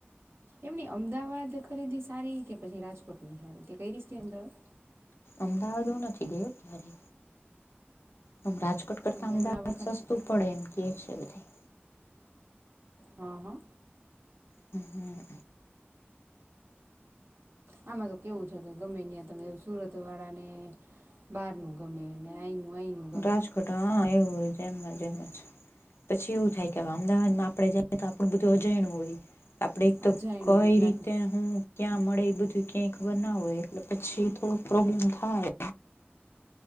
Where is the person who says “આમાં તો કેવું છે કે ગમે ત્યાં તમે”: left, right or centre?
Right